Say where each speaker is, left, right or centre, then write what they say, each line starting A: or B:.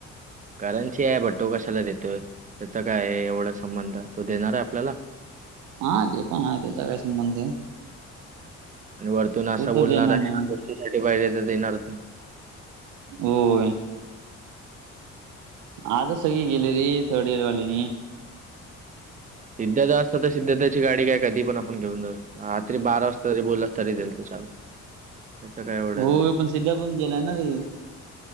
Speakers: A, on the right (about 25°); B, on the right (about 80°).
A: करनची ये बट तो कशाला देतोय त्याचा काय आहे एवढा संबंध तो देणार आहे आपल्याला.
B: हा ते पण आहे त्याचा काय संबंध ये.
A: आणि वरतून असा
B: तर
A: बोलणार
B: देणार
A: आहे
B: नाही.
A: गोष्टीसाठी पाहिले तर देणारच नाही.
B: होय आजच सगळे गेले रे थर्ड इयर वालीनी
A: सिद्धता असतात तर सिद्ध त्याची गाडी काय कधी पण आपण घेऊ जाऊ. रात्री बारा वाजता तरी बोलला तरी देईल तो चावी. त्याचा काय एवढा
B: होय
A: नाय.
B: पण सिद्धा पण गेलाय ना रे